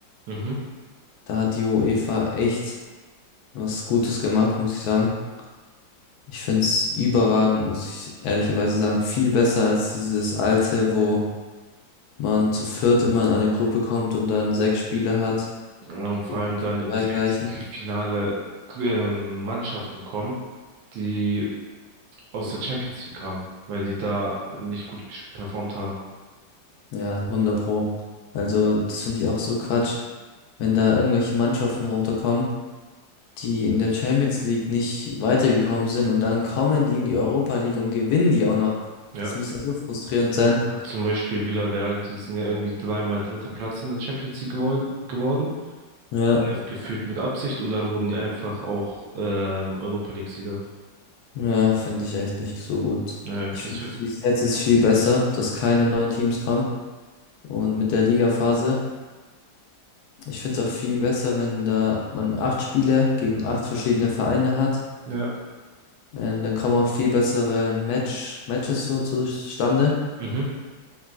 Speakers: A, on the right (about 80°); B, on the left (about 70°).
A: Mhm.
B: Da hat die UEFA echt was Gutes gemacht, muss ich sagen. Ich finde es überragend, muss ich ehrlicherweise sagen. Viel besser als dieses alte, wo man zu viert immer in eine Gruppe kommt und dann sechs Spiele hat
A: Und
B: gegen
A: vor allem dann in
B: die drei
A: Sechzehntelfinale
B: gleichen.
A: ähm, Mannschaften kommen, die aus der Champions League kamen, weil die da nicht gut ges- performt haben.
B: Ja, hundert pro. Also das finde ich auch so Quatsch, wenn da irgendwelche Mannschaften runterkommen. die in der Champions League nicht weitergekommen sind und dann kommen die in die Europa League und gewinnen die auch noch.
A: ja,
B: Das muss ja so frustrierend sein.
A: Zum Beispiel Villarreal, die sind ja irgendwie dreimal dritter Platz in der Champions League gewol- geworden,
B: Ja,
A: Ja. gefühlt mit Absicht, und dann wurden die einfach auch ähm, Europa League-Sieger.
B: ja, finde ich echt nicht so gut.
A: Äh,
B: Ich
A: das
B: finde
A: wird,
B: es, wie es jetzt ist, viel besser, dass keine neuen Teams kommen und mit der Ligaphase. Ich finde es auch viel besser, wenn da man acht Spiele gegen acht verschiedene Vereine hat.
A: ja.
B: Ähm, dann kommen auch viel bessere Match, Matches so zustande.
A: Mhm.